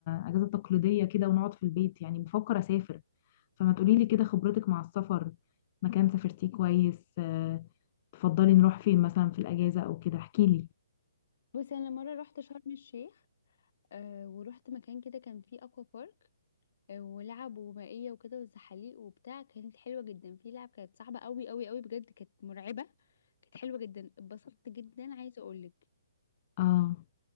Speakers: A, on the left; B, on the left.
A: اجازة تقليدية كده ونقعد في البيت يعني بفكر اسافر فما تقوليلي كده خبرتك مع السفر مكان سافرتيه كويس آه تفضلي نروح فين مثلا في الاجازة او كده احكيلي
B: بصي انا مره رحت شرم الشيخ أه ورحت مكان كده كان فيه اكوا بارك أه ولعب ومائيه وكده وزحاليق وبتاع كانت حلوه جدا في لعب كانت صعبه قوي قوي قوي بجد كانت مرعبه كانت حلوه جدا اتبسطت جدا عايزه اقولك
A: اه